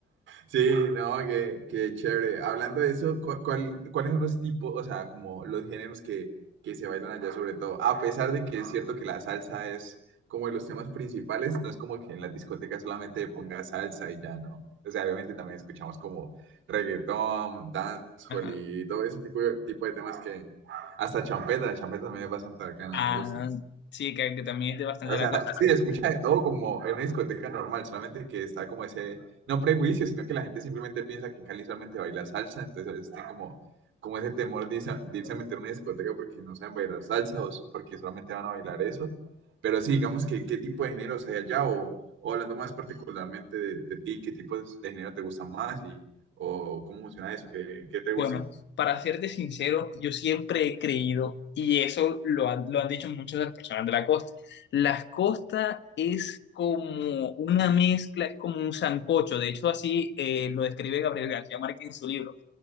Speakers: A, on the right (about 75°); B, on the left (about 65°).
A: Sí, no, que, que chévere. Hablando de eso, ¿cu- cuál, ¿cuáles son los tipos, o sea, como los géneros que, que se bailan allá sobre todo? A pesar de que es cierto que la salsa es como de los temas principales, no es como que en las discotecas solamente ponga salsa y ya, ¿no? O sea, obviamente también escuchamos como reggaetón, dancehall
B: Ajá.
A: y todo ese tipo de, tipo de temas que hasta champeta, champeta también es bastante arcana,
B: Ah,
A: me gusta.
B: sí, que, que también es de bastante
A: O sea,
B: la costa.
A: sí, escucha de todo como en una discoteca normal, solamente que está como ese, no prejuicio, sino que la gente simplemente piensa que en Cali solamente baila salsa, entonces a veces tienen como, como ese temor de irse, a, de irse a meter en una discoteca porque no saben bailar salsa o porque solamente van a bailar eso. Pero sí, digamos que qué tipo de géneros hay allá o, o hablando más particularmente de, de, ti, qué tipos de género te gustan más y o cómo funciona eso, qué, qué te gusta.
B: Bueno, para serte sincero, yo siempre he creído, y eso lo han, lo han dicho muchas de las personas de la costa, la costa es como una mezcla, es como un sancocho, de hecho así eh, lo describe Gabriel García Márquez en su libro,